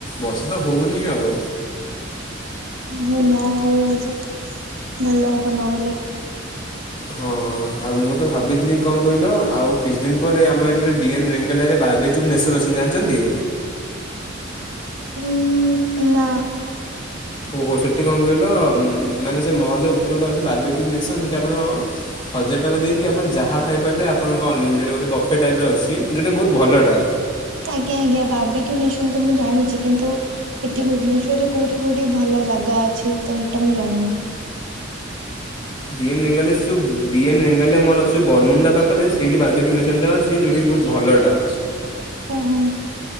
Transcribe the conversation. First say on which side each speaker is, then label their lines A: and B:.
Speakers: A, on the left (about 25°); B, on the right (about 80°).
A: ବର୍ଷା ତ ହଉନି ଆଉ।
B: ଉଁ ହୁଁ ନ ହଉ ଆଜି ଭଲ ହବ ନହେଲେ।
A: ହଁ। ହଁ ହଁ ମୁଁ ତ ଭାବିଥିଲି କଣ କହିଲ ଆଉ କିଛି ଦିନ ପରେ ଆମର ଏଇଠୁ ଡିଏନ୍ ରେଙ୍ଗେଲିଆ ରେ ବାବି କ୍ୟୁ ନେସନ ଅଛନ୍ତି ଜାଣିଛନ୍ତି?
B: ହୁଁ ନା।
A: ଓହୋ ସେଠି କଣ କହିଲ ଉଁ ମାନେ ସେ ମଲରେ ଉପରେ ଗୋଟେ ଅଛି ବାର୍ବିକ୍ୟୁ ନେସନ ସେଠି ଆପଣ ହଜାର ଟଙ୍କା ଦେଇକି ଆପଣ ଯାହା ଖାଇପାରିଲେ ଆପଣଙ୍କ ଅନଲିିମିଟେଡ଼ ଗୋଟେ ବଫେ ଟାଇପ୍ ର ଅଛି ଯେଉଟା କି ବହୁତ ଭଲଟା।
B: ଆଜ୍ଞା ଆଜ୍ଞା ବାର୍ବଇକ୍ୟୁନେସନ ତ ମୁଁ ଜାଣିଚି କିନ୍ତୁ ଏଠି ଭୁବନେଶ୍ଵରରେ କୋଉଠି କୋଉଠି ଭଲ ଜାଗା ଅଛି ତ ସେଇଟା ମୁଁ ଜାଣିନି।
A: ଡିଏନ୍ ରେଙ୍ଗାଲିଆ ଯୋଉ ଡି ଏନ୍ ରେଙ୍ଗାଲିଆ ମଲ୍ ଅଛି ବରମୁଣ୍ଡା ପାଖରେ ସେଇଠି ବାରବିକ୍ୟୁ ନେସନ୍ ଟା ଅଛି। ଚି ଯୋଉଟା କି ବହୁତ ଭଲଟା।
B: ଓହୋ।